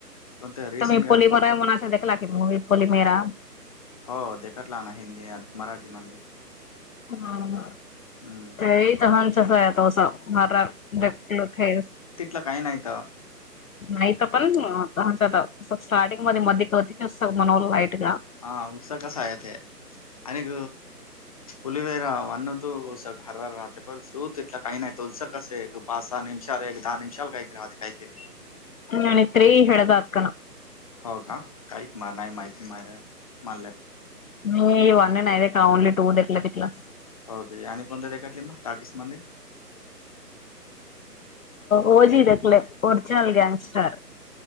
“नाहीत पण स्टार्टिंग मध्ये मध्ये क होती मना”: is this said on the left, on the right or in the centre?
Left